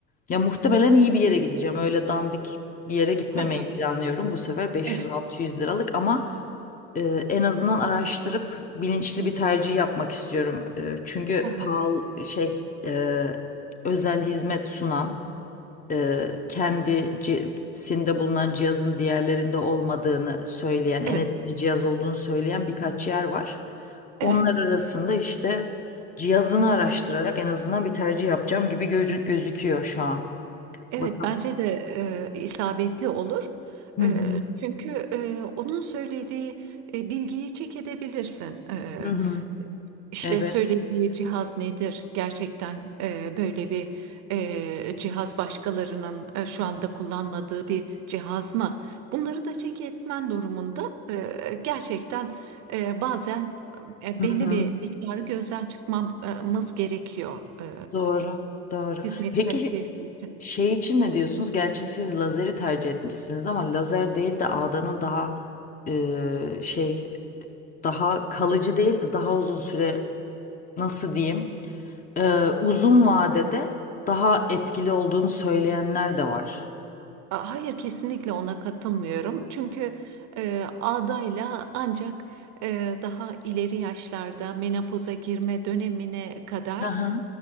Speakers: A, on the left; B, on the right.
A: Ya muhtemelen iyi bir yere gideceğim öyle dandik bir yere gitmemeyi
B: Aha,
A: planlıyorum bu sefer 500-600
B: Evet.
A: liralık ama e, en azından araştırıp bilinçli bir tercih yapmak istiyorum. E, çünkü
B: Aha,
A: pahalı şey e, özel hizmet sunan e, kendisinde bulunan cihazın diğerlerinde olmadığını söyleyen, en
B: Evet.
A: etkili cihaz olduğunu söyleyen birkaç yer var.
B: Evet.
A: Onlar arasında işte cihazını araştırarak en azından bir tercih yapacağım gibi gözü- gözüküyor şu an.
B: Evet
A: Bakalım.
B: bence de e, isabetli olur.
A: Hı
B: E,
A: hı.
B: çünkü e, onun söylediği e, bilgiyi çek edebilirsin. E,
A: Hı hı.
B: işte
A: Evet.
B: söylediği cihaz nedir? Gerçekten e, böyle bir e, cihaz başkalarının e, şu anda kullanmadığı bir cihaz mı? Bunları da çek etmen durumunda e, gerçekten e, bazen e,
A: Hı
B: belli
A: hı.
B: bir miktarı gözden çıkmamız gerekiyor e,
A: Doğru. Doğru.
B: hizmet
A: Peki
B: kalitesi için.
A: şey için ne diyorsunuz? Gerçi siz lazeri tercih etmişsiniz ama lazer değil de ağdanın daha e, şey daha kalıcı değil de daha uzun süre nasıl diyeyim e, uzun vadede daha etkili olduğunu söyleyenler de var.
B: A- Hayır kesinlikle ona katılmıyorum. Çünkü e, adayla ancak e, daha ileri yaşlarda menopoza girme dönemine kadar
A: Hı hı.